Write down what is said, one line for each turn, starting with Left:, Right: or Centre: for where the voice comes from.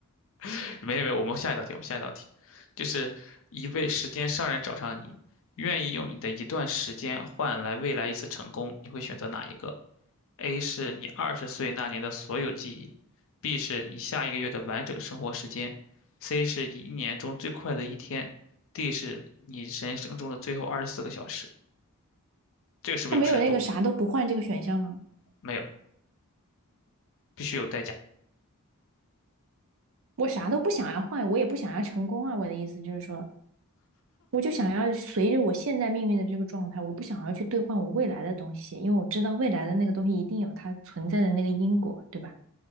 Left: <laughs> 没有没有，我们下一道题，我们下一道题，就是一位时间商人找上你，愿意用你的一段时间换来未来一次成功，你会选择哪一个？A 是你二十岁那年的所有记忆，B 是你下一个月的完整生活时间，C 是你一年中最快乐的一天，D 是你人生中的最后二十四个小时。这个是不是有深度？
Right: 它没有那个啥都不换这个选项吗？
Left: 没有，必须有代价。
Right: 我啥都不想要换，我也不想要成功啊。我的意思就是说，我就想要随着我现在命运的这个状态，我不想要去兑换我未来的东西，因为我知道未来的那个东西一定有它存在的那个因果，对吧？